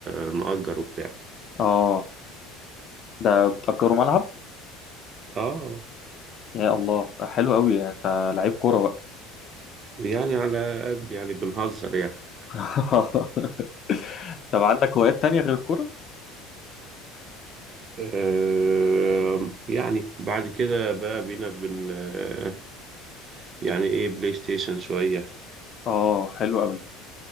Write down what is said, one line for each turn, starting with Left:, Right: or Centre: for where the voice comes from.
Right: آه، نأجر وبتاع
Left: اه ده بتأجروا ملعب
Right: آه
Left: يا الله ده حلو قوي يعني انت لعيب كورة بقى
Right: يعني على قد يعني بنهزر يعني
Left: <laughs> طب عندك هوايات تانية غير الكورة
Right: أه يعني بعد كده بقى بقينا بن آه، يعني إيه بلاي ستيشن شوية
Left: اه حلو قوي